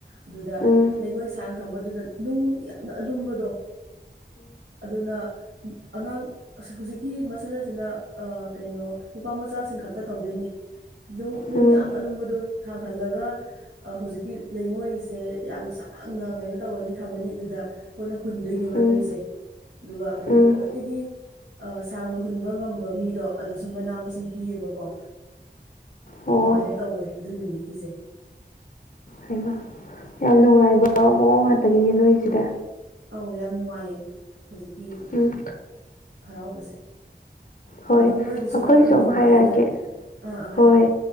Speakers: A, on the right; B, on the left.
A: ꯑꯗꯨꯗ
B: ꯎꯝ
A: ꯂꯩꯉꯣꯏ ꯁꯥꯡ ꯊꯝꯕꯗꯨꯗ ꯅꯨꯡ ꯌꯥꯝꯅ ꯑꯂꯨꯝꯕꯗꯣ ꯑꯗꯨꯅ ꯑꯉꯥꯡ ꯑꯁ ꯍꯧꯖꯤꯛꯀꯤ ꯃꯁꯅ ꯑꯁꯤꯅ ꯀꯩꯅꯣ ꯅꯨꯄꯥ ꯃꯆꯥꯁꯤꯡ ꯈꯛꯇ ꯇꯧꯗꯣꯏꯅꯦ ꯅꯨꯡ
B: ꯎꯝ
A: ꯌꯥꯝ ꯑꯂꯨꯝꯕꯗꯣ ꯊꯥꯡꯍꯜꯂꯒ ꯍꯧꯖꯤꯛꯀꯤ ꯂꯩꯉꯣꯏꯁꯦ ꯌꯥꯝꯅ ꯁꯥꯡꯅ ꯀꯩꯅꯣ ꯇꯧꯔꯅꯤ ꯊꯝꯃꯅꯤ ꯑꯗꯨꯗ ꯑꯩꯈꯣꯏꯅ ꯍꯨꯟꯗꯣꯏꯅꯦꯕ
B: ꯎꯝ ꯎꯝ
A: ꯅꯨꯡꯁꯦ ꯑꯗꯨꯒ ꯑꯗꯨ
B: ꯎꯝ
A: ꯈ꯭ꯋꯥꯏꯗꯒꯤ ꯑ ꯁꯥꯡꯅ ꯍꯨꯟꯕ ꯉꯝꯕ ꯃꯤꯗꯣ ꯑꯗꯨꯁꯨ ꯃꯅꯥ ꯃꯁꯤꯡ ꯄꯤꯌꯦꯕꯀꯣ ꯀꯣ
B: ꯑꯣ
A: ꯑꯗꯨꯃꯥꯏꯅ ꯇꯧꯋꯦ ꯑꯗꯨꯏ ꯅꯨꯃꯤꯠꯀꯤꯁꯦ
B: ꯍꯥꯏꯃ ꯌꯥꯝ ꯅꯨꯡꯉꯥꯏꯕ ꯃꯑꯣ ꯄꯨꯡ ꯉꯥꯛꯇꯒꯤꯅꯦ ꯅꯣꯏꯁꯤꯗ
A: ꯑꯧ ꯌꯥꯝ ꯅꯨꯡꯉꯥꯏꯌꯦ ꯍꯧꯖꯤꯛꯀꯤ
B: ꯎꯝ
A: ꯍꯔꯥꯎꯕꯁꯦ
B: ꯍꯣꯏ
A: ꯑꯗꯨ ꯅꯣꯏꯒꯤꯁꯨ
B: ꯑꯩꯈꯣꯏꯒꯤꯁꯨ
A: ꯈꯔ ꯈꯪꯅꯤꯡꯕ
B: ꯑꯃꯨꯛ ꯍꯥꯏꯔꯛꯑꯒꯦ
A: ꯑꯩꯅ ꯑꯥ ꯑꯥ
B: ꯍꯣꯏ
A: ꯍꯥꯏꯔꯛꯑꯣ